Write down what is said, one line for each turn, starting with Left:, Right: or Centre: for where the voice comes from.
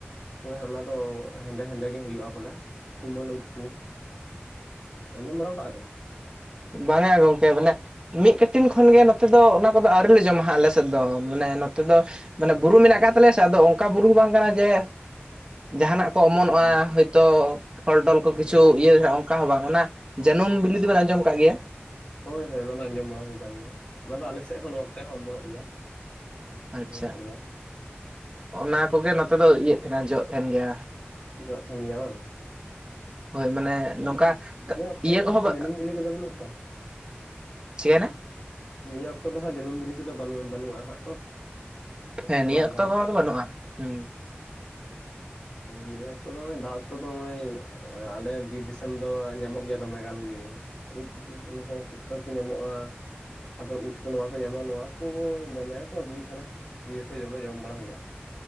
Left: ᱦᱚᱭ ᱦᱟᱜ ᱚᱱᱟ ᱫᱚ ᱦᱮᱸᱫᱮ ᱦᱮᱸᱫᱮ ᱜᱮ ᱦᱩᱭᱩᱜᱼᱟ ᱵᱚᱞᱮ ᱛᱩᱢᱟᱹᱞ ᱩᱫᱠᱩ ᱟᱸᱡᱚᱢ ᱵᱟᱲᱟ ᱠᱟᱜᱼᱟ ᱵᱮᱱ?
Right: ᱵᱟᱝᱜᱟ ᱜᱚᱝᱠᱮ ᱢᱮᱱᱮ ᱢᱤᱫ ᱠᱟᱴᱤᱱ ᱠᱷᱚᱱ ᱜᱮ ᱱᱚᱛᱮ ᱫᱚ ᱚᱱᱟ ᱠᱚᱫᱚ ᱟᱹᱣᱨᱤ ᱞᱮ ᱡᱚᱢᱟ ᱦᱟᱸᱜ ᱟᱞᱮ ᱥᱮᱫ ᱫᱚ ᱢᱟᱱᱮ ᱱᱚᱛᱮ ᱫᱚ ᱢᱟᱱᱮ ᱵᱩᱨᱩ ᱢᱮᱱᱟᱜ ᱠᱟᱫ ᱛᱟᱞᱮᱭᱟ ᱥᱮ ᱟᱫᱚ ᱚᱱᱠᱟ ᱵᱩᱨᱩ ᱦᱚᱸ ᱵᱟᱝ ᱠᱟᱱᱟ ᱡᱮ ᱡᱟᱦᱟᱱᱟᱜ ᱠᱚ ᱚᱢᱚᱱᱚᱜᱼᱟ
Left: ᱚᱢᱚᱱ
Right: ᱦᱳᱭᱛᱳ ᱯᱷᱚᱞ ᱴᱚᱞ ᱠᱚ
Left: ᱦᱳᱭ
Right: ᱠᱤᱪᱷᱩ
Left: ᱦᱳᱭ
Right: ᱤᱭᱟᱹ ᱡᱚᱜ ᱠᱟ ᱦᱚᱸ ᱵᱟᱝ ᱚᱱᱟ ᱡᱟᱹᱱᱩᱢ ᱵᱤᱞᱤ ᱫᱚᱵᱚᱱ ᱟᱸᱡᱚᱢ ᱟᱠᱜ ᱜᱮᱭᱟ?
Left: ᱦᱳᱭ ᱦᱳᱭ ᱚᱱᱟ ᱫᱚ ᱟᱸᱡᱚᱢ ᱵᱟᱲᱟ ᱦᱩᱭ ᱟᱠᱟᱱ ᱜᱮᱭᱟ ᱚᱱᱟ ᱫᱚ ᱟᱞᱮ ᱥᱮᱫ ᱦᱚᱸ ᱱᱚᱛ ᱦᱚᱸ ᱚᱢᱚᱱᱚᱜ ᱜᱮᱭᱟ᱾
Right: ᱟᱪᱪᱷᱟ
Left: ᱢᱮᱱᱟᱜ ᱜᱮᱭᱟ᱾
Right: ᱚᱱᱟ ᱠᱚᱜᱮ ᱱᱚᱛᱮ ᱫᱚ ᱤᱭᱟᱹᱜ ᱛᱟᱦᱮᱱᱟ ᱡᱚᱜ ᱛᱟᱦᱮᱱ ᱜᱮᱭᱟ
Left: ᱡᱚᱜ ᱛᱟᱦᱮᱱ ᱜᱮᱭᱟ ᱵᱟᱝ?
Right: ᱦᱚᱭ ᱢᱟᱱᱮ ᱱᱚᱝᱠᱟ
Left: ᱟᱫᱚ ᱱᱤ ᱱᱤᱭᱟᱹ ᱚᱠᱛᱚ
Right: ᱤᱭᱟᱹ ᱠᱚᱦᱚᱸ
Left: ᱦᱟᱸᱜ ᱡᱟᱹᱱᱩᱢ ᱵᱤᱞᱤ ᱠᱚᱫᱚ ᱵᱟᱹᱱᱩᱜᱼᱟ ᱛᱚ
Right: ᱪᱤᱠᱟᱭ ᱱᱟ?
Left: ᱱᱤᱭᱟᱹ ᱚᱠᱛᱚ ᱫᱚ ᱦᱟᱸᱜ ᱡᱟᱹᱱᱟᱢ ᱵᱤᱞᱤ ᱠᱚᱫᱚ ᱵᱟᱱᱩ ᱵᱟᱹᱱᱩᱜᱼᱟ ᱦᱟᱸᱜ ᱛᱚ?
Right: ᱦᱮᱸ
Left: ᱫᱚ
Right: ᱱᱤᱭᱟᱹ
Left: ᱵᱟᱝ
Right: ᱚᱠᱛᱚ
Left: ᱠᱟᱱᱟ
Right: ᱠᱚ ᱦᱚ ᱵᱟᱹᱱᱩᱜᱼᱟ ᱦᱩᱸ᱾
Left: ᱱᱤᱭᱟᱹ ᱚᱠᱛᱚ ᱫᱚ ᱫᱟᱜ ᱚᱠᱛᱚ ᱫᱚ ᱱᱚᱜᱚᱭ ᱟᱞᱮ ᱵᱤᱨ ᱫᱤᱥᱚᱢ ᱫᱚ ᱧᱟᱢᱚᱜ ᱜᱮᱭᱟ ᱫᱚᱢᱮ ᱜᱟᱱ ᱜᱮ᱾ ᱩᱫ ᱠᱩᱠᱩ ᱩᱱᱠᱩ ᱯᱩᱴᱠᱟᱹᱣ ᱠᱚ ᱧᱟᱢᱚᱜᱼᱟ ᱾ ᱟᱫᱚ ᱩᱫ ᱠᱚ ᱱᱚᱣᱟ ᱠᱚ ᱧᱟᱢᱟ ᱱᱚᱣᱟ ᱠᱚ ᱫᱚᱢᱮ ᱠᱚ ᱟᱹᱜᱩᱭ ᱛᱟᱦᱮᱱᱟ ᱵᱤᱨ ᱠᱷᱚᱡ ᱫᱚᱢᱮ ᱡᱚᱢ ᱵᱟᱲᱟ ᱦᱩᱭᱩᱜᱼᱟ᱾